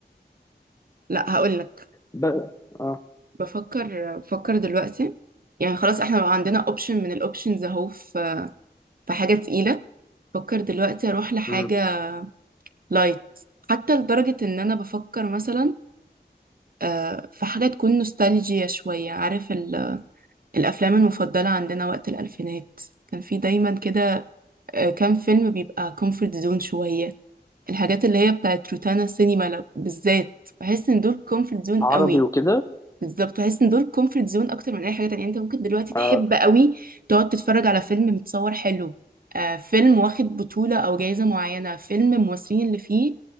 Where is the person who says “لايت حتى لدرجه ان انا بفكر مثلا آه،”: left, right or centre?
Right